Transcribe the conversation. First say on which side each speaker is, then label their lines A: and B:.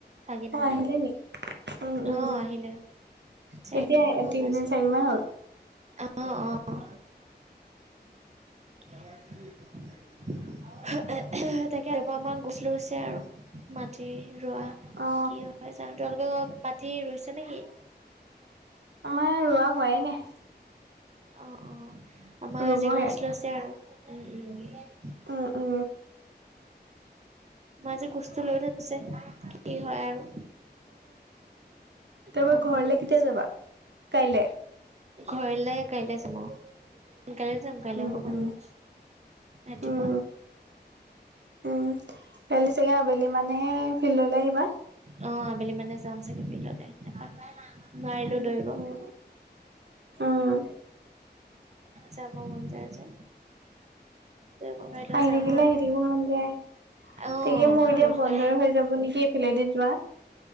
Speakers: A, on the right; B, on the right.
A: ভাগিন
B: অ
A: মানে
B: আহিলে নি উম উম
A: অ আহিলে চাৰিদিন
B: কেতিয়া
A: মান হ'ল
B: তিনদিন
A: আজি।
B: চাৰিদিনমান হ'ল
A: অ অ <unintelligible> তাকে এবা আমাৰ গুছ লৈছে আৰু মাটি ৰোৱা
B: অ
A: কি হয় চাওঁ তোমালোকৰ মাতি ৰুইছে নেকি?
B: আমাৰ ৰোৱা হোৱাই নায়
A: অ অ আমাৰ
B: ৰুবহে
A: আজি গোছ লৈছে আৰু উম উম
B: অ অ
A: আমা আজি গোচটো লৈ থৈ দিছে কি হয় আৰু
B: তাৰপা
A: আৰম্ভ
B: ঘৰলে
A: কৰি
B: কেতিয়া
A: থৈছে
B: যাবা কাইলে?
A: ঘৰলে কাইলে যাম অ সোনকালে যাম বেলেগ
B: উম
A: অকণমান
B: উম
A: ৰাতিপুৱা
B: উম উম, কালিলৈ চাগে আবেলি মানেহে ফিল্ডলৈ আহিবা?
A: অ, আবেলি মানে যাম চাগে, ফিল্ডলৈ এপাক। নোৱাৰিলেও
B: উম
A: দৌৰিব।
B: উম উম
A: যাব মন যায় যে। দৌৰিব নোৱাৰিলেও
B: আহি
A: যাম
B: থাকিলে
A: আও এপাক
B: আহি থাকিব মন যায়।
A: অ
B: তাকে মোৰ এতিয়া
A: গধূলি
B: বন্ধই হৈ যাব নেকি, এইফালেদি যোৱা।